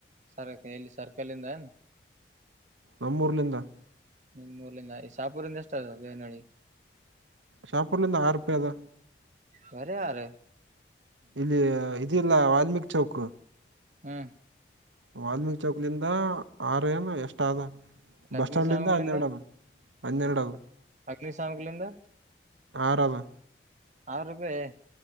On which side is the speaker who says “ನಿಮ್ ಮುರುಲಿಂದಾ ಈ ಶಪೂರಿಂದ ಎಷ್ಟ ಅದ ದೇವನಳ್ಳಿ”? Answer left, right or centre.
Right